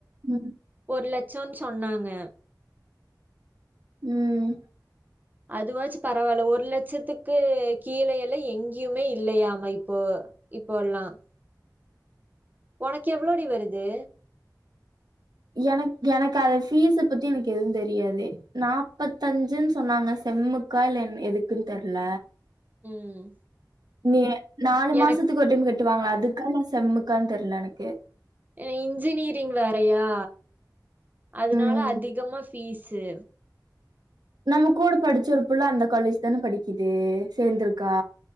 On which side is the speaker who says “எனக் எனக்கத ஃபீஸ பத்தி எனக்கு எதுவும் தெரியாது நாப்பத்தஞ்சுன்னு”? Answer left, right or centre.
Right